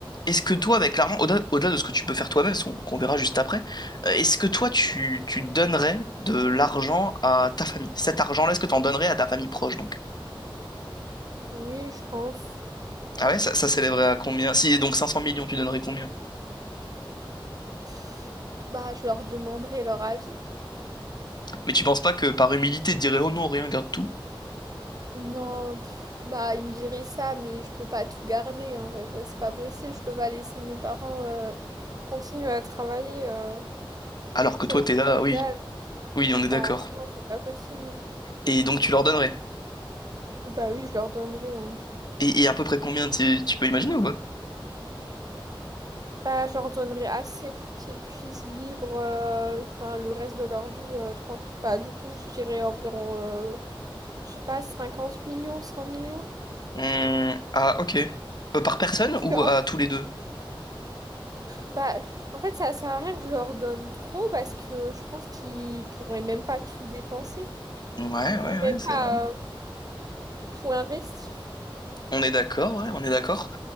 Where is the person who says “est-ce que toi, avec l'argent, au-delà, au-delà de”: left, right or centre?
Left